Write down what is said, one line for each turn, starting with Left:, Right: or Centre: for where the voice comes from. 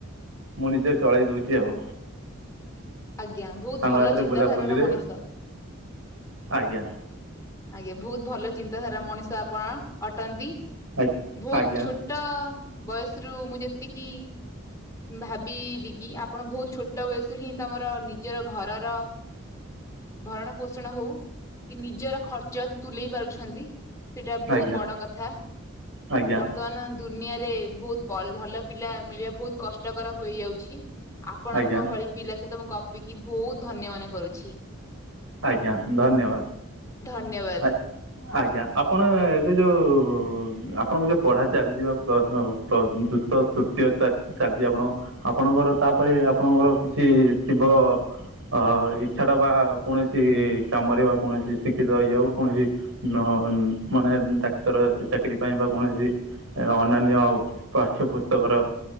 Right: ମୁଁ ନିଜେ ଚଳେଇ ଦଉଛି ଆଉ।
Left: ଆଜ୍ଞା ବହୁତ
Right: ସାଙ୍ଗ
Left: ଭଲ
Right: ହାତରେ
Left: ଚିନ୍ତାଧାରାର
Right: ବୁଲାବୁଲିରେ
Left: ମଣିଷ।
Right: ଆଜ୍ଞା
Left: ଆଜ୍ଞା ବହୁତ ଭଲ ଚିନ୍ତାଧାରା ମଣିଷ ଆପଣ ଅଟନ୍ତି
Right: ଆ-
Left: ବହୁତ
Right: ଆଜ୍ଞା
Left: ଛୋ ଛୋଟ ବୟସରୁୁ ମୁଁ ଯେତିକି ଭାବିଲି କି ଆପଣ ବହୁତ ଛୋଟ ବୟସରୁ ହିଁ ତମର ନିଜର ଘରର ଭରଣ ପୋଷଣ ହଉ କି ନିଜର ଖର୍ଚ୍ଚ ତୁଲେଇ ପାରୁଛନ୍ତି। ସେଟା ବହୁତ
Right: ଆଜ୍ଞା
Left: ବଡ କଥା
Right: ଆଜ୍ଞା
Left: ବର୍ତ୍ତମାନ ଦୁନିଆରେ ବହୁତ ଭଲ ପିଲା ମିଳିବା ବହୁତ କଷ୍ଟକର ହୋଇଯାଉଛି ଆପଣଙ୍କ
Right: ଆଜ୍ଞା
Left: ଭଳି ପିଲା ସହିତ ମୁ ଗପିକି ବହୁତ ଧନ୍ୟ ମନେ କରୁଛି।
Right: ଆଜ୍ଞା ଧନ୍ୟବାଦ
Left: ଧନ୍ୟବାଦ
Right: ଆ- ଆଜ୍ଞା ଆପଣ ଏବେ ଯୋଉ ଆପଣଙ୍କ ଯଉ ପଢ଼ା ଚାଲିଛି ବା ପ୍ଲସ୍ ତ ଯୁକ୍ତ ତୃତୀୟ ଚାଲିଛି ଆପଣଙ୍କ ଆପଣଙ୍କର ତାପରେ ଆପଣଙ୍କର କିଛି ଥିବ ଅ ଇଚ୍ଛା ଟା ବା କୌଣସି କାମରେ ବା କୌଣସି ଶିକ୍ଷିତ ଇଏ ହଉ କୌଣସି ନା ମାନେ ଡାକ୍ତର ଚାକିରୀ ପାଇଁ ବା କୌଣସି ଅନ୍ୟାନ୍ୟ ପାଠ୍ୟପୁସ୍ତକର